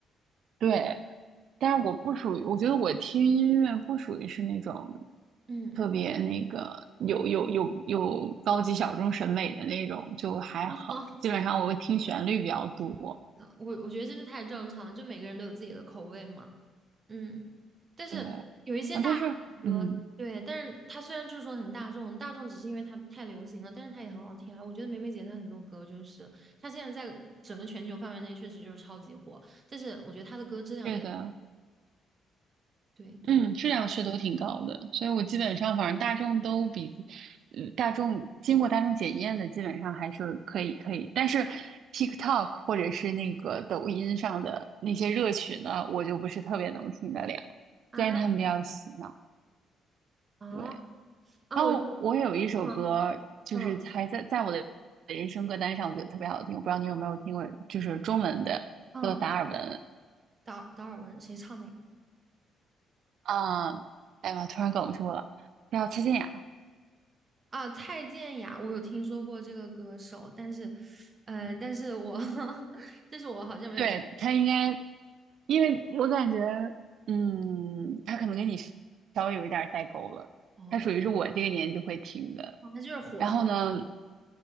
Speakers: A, on the right; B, on the right.
A: 对，
B: 嗯
A: 但是我不属于，我觉得我听音乐不属于是那种
B: 嗯，
A: 特别那个有有有有高级小众审美的那种，就还好。
B: <laughs>
A: 基本上我会听旋律比较多，
B: 我我觉得这是太正常了就每个人都有自己的口味嘛。嗯，但是有一些大众歌，
A: 对。啊，但是嗯，
B: 对，但是它虽然就是说很大众，大众只是因为它太流行了，但是它也很好听啊。我觉得梅梅姐她很多歌就是，她现在在整个全球范围内确实就是超级火，但是我觉得她的歌质量也
A: 对的，
B: 对
A: 嗯，质量是都挺高的，所以我基本上反正大众都比，嗯，大众经过大众检验的基本上还是可以可以，但是 TikTok 或者是那个抖音上的那些热曲呢，我就不是特别能听得了，
B: 啊
A: 虽然他们比较洗脑。
B: 啊
A: 对，
B: 啊，
A: 然后我有一首歌，
B: 我嗯
A: 就是还在在我的人生歌单上，
B: 嗯
A: 我觉得特别好听，我不知道你有没有听过，就是中文的叫做达尔文》
B: 嗯。达达尔文谁唱的呀？
A: 啊，哎呀妈，突然哽住了，叫蔡健雅。
B: 啊，蔡健雅，我有听说过这个歌手，但是，呃，但是我，<laughs> 但是我好像没有听。
A: 对，他应该，因为我感觉，嗯，他可能跟你稍微有一点儿代沟了。
B: 哦，
A: 他属于是我这个年纪会听的。
B: 啊他就是火的比较
A: 然后呢，